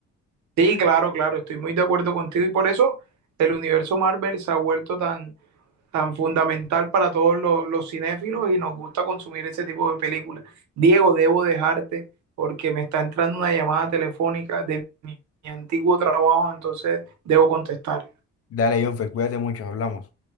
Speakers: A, on the right; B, on the left.
A: sí, claro, claro, estoy muy de acuerdo contigo y por eso el universo Marvel se ha vuelto tan tan fundamental para todos los, los cinéfilos y nos gusta consumir ese tipo de películas. Diego, debo dejarte porque me está entrando una llamada telefónica de mi, mi antiguo trabajo, entonces debo contestar.
B: Dale, Jonfer, cuídate mucho, hablamos.